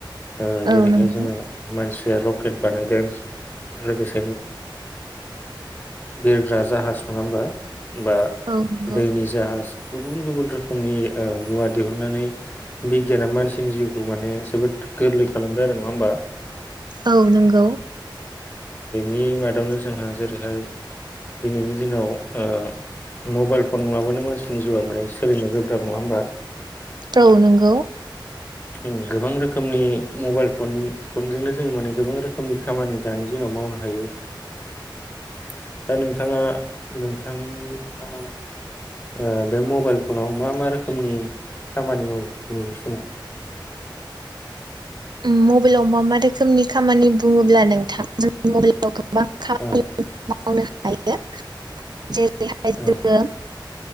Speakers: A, on the left; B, on the right.
A: ओ जेरैहाय
B: औ नंगौ
A: जोङो मानसि या रकेट बानायदों लोगोसे <unintelligible> ओ बिरग्रा जाहाज नङा होमबा? बा
B: औ नंगौ
A: दैनि जाहास। गुबुन गुबुन रोखोमनि ओ मुवा दिहुननानै बिगियाना मानसिनि जिउखौ माने जोबोद गोरलै खालामबाय आरो नङा होनबा?
B: औ नोंगौ।
A: बिनि मादावनो जोंहा जेरैहाय दिनैनि दिनाव ओ मबाइल फन नङाबानो मानसिनि जिउआ माने सोलिनो गोब्राब नङा होमबा?
B: औ नोंगौ।
A: उम गोबां रोखोमनि मबाइल फन फनजोंनो जों माने गोबां रोखोमनि खामानि दानि जोंङो मावनो हायो ओ नोंथांङा नोंथांआ ओ बे मबाइल फनाव मा मा रोखोमनि खामानि मावो दिनैनि समाव?
B: उम मबेइलाव म मा दोखोमनि खामानि बुंङोब्ला नोंथां <unintelligible>
A: औ
B: मावनो हायो जेरै बेहाय जोङो
A: औ